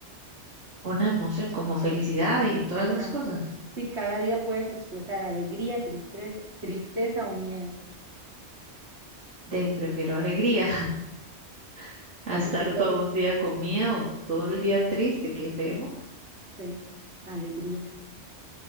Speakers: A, on the right; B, on the right.
A: Una emoción como felicidad y todas
B: Ajá.
A: esas cosas.
B: Si cada día puedes expresar alegría, tristeza, tristeza o miedo.
A: De prefiero alegría <laughs> a
B: Tal
A: estar
B: vez si solo,
A: todo un día con miedo, todo el día triste, qué feo.
B: sí, alegría.